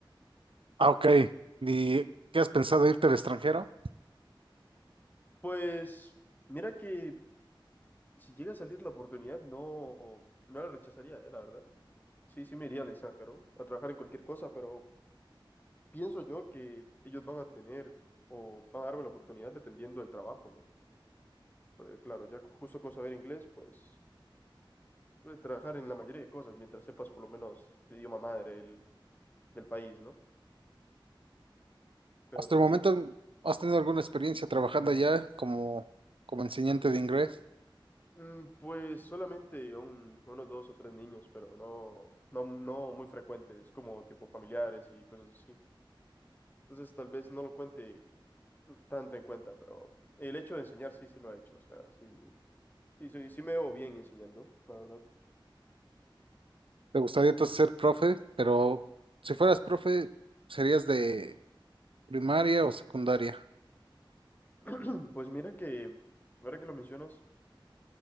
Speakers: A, on the right; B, on the left.
A: Ah, ok. ¿Y qué has pensado irte al extranjero?
B: Pues, mira que si llega a salir la oportunidad, no, no la rechazaría, eh, la verdad. Sí, sí me iría al extranjero a trabajar en cualquier cosa, pero pienso yo que ellos van a tener o van a darme la oportunidad dependiendo del trabajo, ¿no? Porque, claro, ya justo con saber inglés, pues puedes trabajar en la mayoría de cosas mientras sepas por lo menos el idioma madre el- del país, ¿no? Pero
A: Hasta
B: sí,
A: el momento,
B: sí.
A: ¿has tenido alguna experiencia trabajando allá como, como enseñante de inglés?
B: mm, Pues solamente un- unos dos o tres niños, pero no, no, no muy frecuentes, como tipo familiares y cosas así. Entonces tal vez no lo cuente tanto en cuenta, pero el hecho de enseñar sí, sí lo ha hecho, o sea, sí, sí, sí, sí me veo bien enseñando, la verdad.
A: ¿Te gustaría entonces ser profe? Pero si fueras profe, ¿serías de primaria o secundaria?
B: <clears throat> Pues mira que, ahora que lo mencionas,